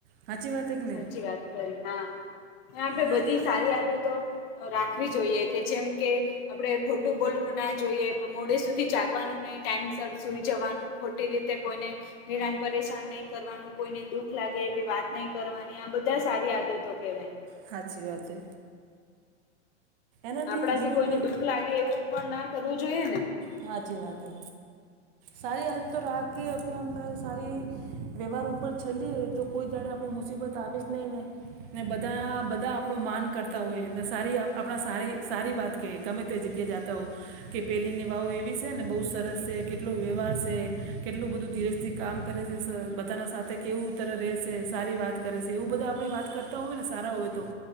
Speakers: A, on the right (about 50°); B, on the left (about 55°).
A: સાચી વાત કે નહીં
B: સાચી વાત કરી હા આપે
A: એનાથી
B: બધી
A: આપણે
B: સારી આદતો. રાખવી જોઈએ કે જેમ કે આપણે ખોટું બોલવું ના જોઈએ. મોડે સુધી જાગવાનું નહી. ટાઈમ સર સુઈ જવાનું ખોટી રીતે કોઈને હેરાન પરેશાન નહી કરવાનું. કોઈને દુઃખ લાગે એવી વાત નહી કરવાની આ બધા સારી આદતો કેહેવાય.
A: સાાચી વાત. એનાથી
B: આપડાથી
A: જીવનમાં
B: કોઈને દુઃખ લાગે એવું પણ ના કરવું જોઈએ ને.
A: હા અચછી વાતે. સારી આદ તો રાખી સારી વ્યવહાર ઉપર ચલીએ તો કોઈ દાડે આપણી મુસીબત આવે જ નહીં. ને બધા બધા આપણો માન કરતા હોય સારી આપણા સ સારી વાત. કે ગમે તે જગ્યાએ જતા હો કે પેલીની વાવ એવી છે ને બહુ સરસ છે કે. કેટલો વ્યવહાર છે કેટલું બધું ધીરજથી કામ કરે છે બધાના સાથે કેવુંતર રહેશે સારી વાત. કરે છે એવું બધા આપણે વાત કરતા હોય ને સારા હોય તો.